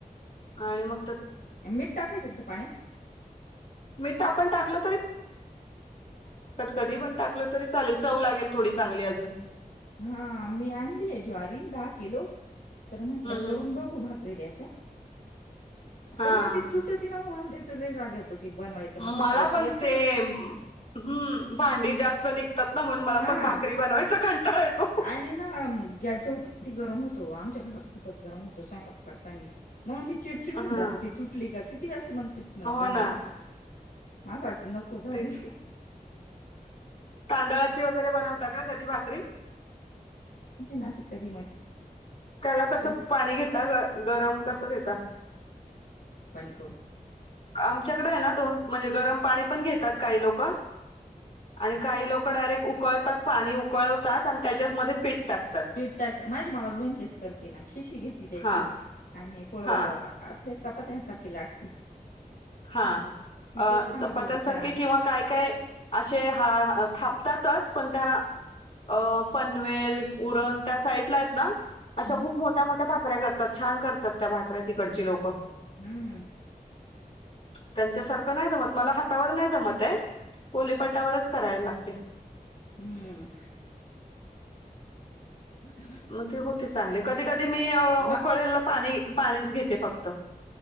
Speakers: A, on the left (about 45°); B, on the left (about 85°).
A: आणि म
B: मिट टाकायच का त पाण्यात?
A: मीट आपण टाकल कधी पण टाकलं तरी चालेल चव लागेल थोडी चांगली अजून
B: हा मी आणलीये ज्वारी दा किलो. तर म्हटल
A: हम्म, हम्म.
B: करून बघू भाकरी त्याच्या.
A: हा
B: पण ना ती तुटती ना <unintelligible> त लई राग येतो बनवायच मग सतरा
A: मला पण
B: एक
A: ते
B: तर ना
A: हम्म भांडी जास्त निघतात ना म्हणून मला
B: हा
A: पण भाकरी बनवायचा कंटाळा येतो.
B: आणि ना गॅस जवळ किती गरम होत ओ आमच्या घरात खूपच गरम होत स्वयंपाक करतानी. म्हणून ती चिडचिड
A: हा
B: होऊ जाते ते तुटली का किती वेस मंग?
A: हो
B: बनवायची.
A: ना
B: आ स वाट नको जाऊ
A: ते
B: दे.
A: तांदळाची वैगरे बनवता का कधी भाकरी?
B: नाशिक कधी मधी.
A: त्याला कस
B: पण
A: पाणी घेता गरम कस घेता?
B: कर.
A: आमच्याकडे आहे ना दोन म्हणजे गरम पाणी पण घेतात काही लोक. आणि
B: काही
A: डायरेक्ट
B: लोक
A: उकळतात पाणी उकळवतात आणि
B: त्यामध्ये
A: त्याच्यात मध्ये पीठ टाकतात
B: पीठ माझी माऊस बहिण तेच करते ना खिशी घेते त्याची
A: हा
B: आणि पोळ
A: हा
B: आप ते चपात्यांसारखी लाटती.
A: हा
B: ती
A: अ
B: तेच सांगत
A: चपात्यांसारखे
B: होती का
A: किंवा काय काय अशे हा हा अ थापतातच पण त्या अ अ पनवेल, उरण त्या साईटला हेत ना
B: हम्म
A: अशा खूप मोठ्या मोठ्या भाकऱ्या करतात छान करतात त्या भाकऱ्या तिकडची लोक.
B: हम्म
A: त्यांच्यासारखं नाय जमत मला हातावर नाय जमत हे पोलीपाटावरच करायल लागते.
B: हम्म! <inaudible>
A: मते होते चांगले कधी कधी मी अ
B: म
A: उकळलेलं पाणी पाणीच घेते फक त